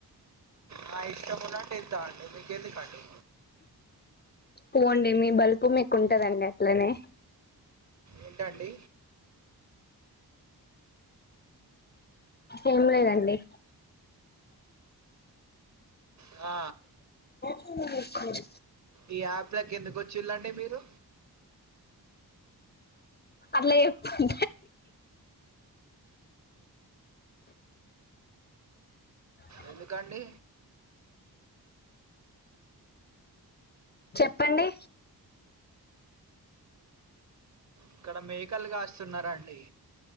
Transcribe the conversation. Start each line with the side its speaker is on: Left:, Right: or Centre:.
Right: నా ఇష్టమున్నటు వెళ్తామండి మీకేందుకు అండి
Left: పో అండి మీ బలుపు మీకు ఉంటదండి అట్లనే
Right: ఏంటండి
Left: ఏం లేదండి
Right: ఆ
Left: మ్మ్ కొంచెం
Right: ఈ యాప్లోకి ఎందుకు వచ్చిళ్ళండి మీరు
Left: అట్లా ఎప్పుడు <inaudible>
Right: ఎందుకండి
Left: చెప్పండి
Right: ఇక్కడ మేకలు కాస్తున్నారండి